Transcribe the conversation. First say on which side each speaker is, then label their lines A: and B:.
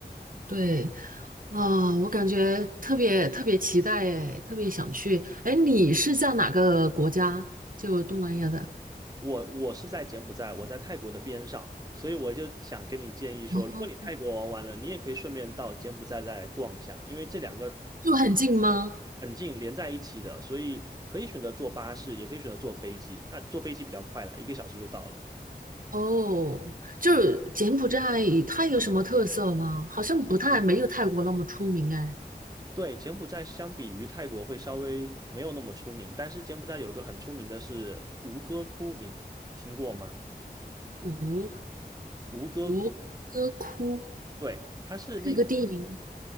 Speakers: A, on the right; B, on the right.
A: 对，啊，我感觉特别特别期待哎，特别想去。哎，你是在哪个国家？就东南亚的？
B: 我我是在柬埔寨，我在泰国的边上，所以我就想跟你建议说，
A: 哦，
B: 如果你泰国玩完了，你也可以顺便到柬埔寨再来逛一下，因为这两个
A: 就很近吗？
B: 很近，连在一起的，所以可以选择坐巴士，也可以选择坐飞机。那坐飞机比较快啦，一个小时就到了。
A: 哦，就是柬埔寨，它有什么特色吗？好像不太，没有泰国那么出名哎。
B: 对，柬埔寨相比于泰国会稍微没有那么出名，但是柬埔寨有一个很出名的是吴哥窟，你听过吗？
A: 吴
B: 吴哥窟，
A: 吴哥窟
B: 对，它是那
A: 是一个地名，